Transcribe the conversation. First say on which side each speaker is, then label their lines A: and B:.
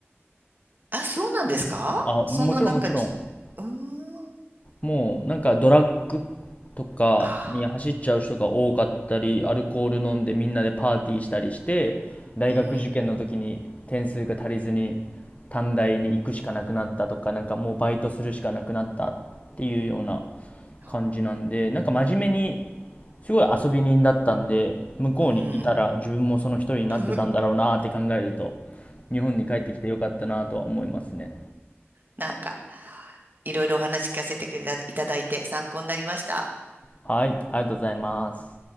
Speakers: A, on the right (about 45°); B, on the left (about 30°).
A: あ、そうなんですかそんななんかじ、
B: あ、もちろんもちろん。
A: うーん。
B: もうなんかドラッグとかに走っちゃう人が多かったり、
A: あ
B: アルコール飲んでみんなでパーティーしたりして、大学受験の時に点数が足りずに
A: あ、うん。
B: 短大に行くしかなくなったとか、なんかもうバイトするしかなくなったっていうような
A: あ
B: 感じなんで、なんか真面目にすごい遊び人だったんで、向こうにいたら自分もその一人になってたんだろうなーって考えると、
A: ーうん。<laughs>
B: 日本に帰ってきてよかったなとは思いますね。
A: なんか、いろいろお話聞かせていただいて参考になりました。
B: はい、ありがとうございます。